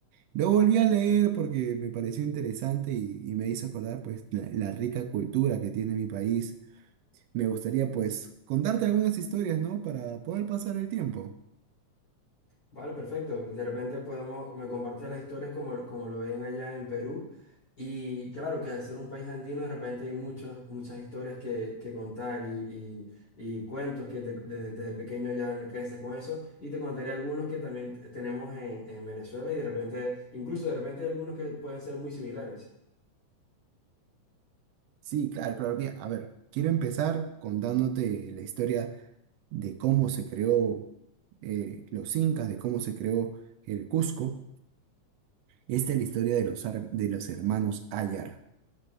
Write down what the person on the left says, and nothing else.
Vale, perfecto. De repente podemos, me compartes las historias como, como lo ven allá en Perú. Y claro que al ser un país andino, de repente hay muchas, muchas historias que, que contar y, y- y cuentos que te- desde, desde pequeño ya creces con eso. Y te contaré algunos que también tenemos en, en Venezuela y de repente, incluso de repente hay algunos que pueden ser muy similares.